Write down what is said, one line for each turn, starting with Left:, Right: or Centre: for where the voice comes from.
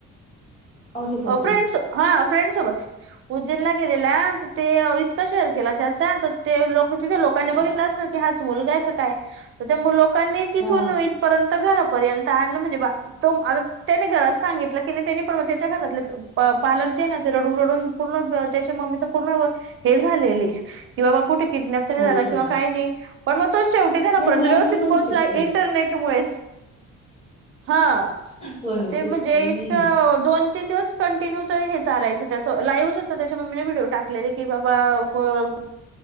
Left: अरे बापरे
Right: अ फ्रेंन्ड्स फ्रेंड सोबत उज्जैनला गेलेल्या तर ते इतक्या शहर केल्या त्याच्या तर तिकडचे लोक तिकडनं बघितलं असेल हाच मुलगा आहे की ते काय लोकांनी तिथून
Left: हा
Right: इथपर्यंत घरा पर्यंत आणलं म्हणजे बासं तो आता तेनी घरात सांगितलं कि नाही तेच्या घरा प पालक जे हे ना ते रडून-रडून पूर्ण त्याच्या मम्मीचं पूर्ण हे झालेली की बाबा कुठे किडनॅप तर नाही
Left: हो
Right: झाला, किंवा काही
Left: काय
Right: नाही पण म तो शेवटी घरापर्यंत
Left: नाही मुलांचं
Right: व्यवस्थित
Left: पण
Right: पोहोचला,
Left: सुटत
Right: इंटरनेट मुळेच. हं.
Left: हो
Right: म
Left: ना
Right: ते
Left: तेच
Right: म्हणजे
Left: की हम्म
Right: इतकं दोन, तीन दिवस कंटिन्यू हे चालायचं त्याचं लाइव्ह चं होता, त्याच्या मम्मीनं व्हिडिओ टाकलेला की बाबा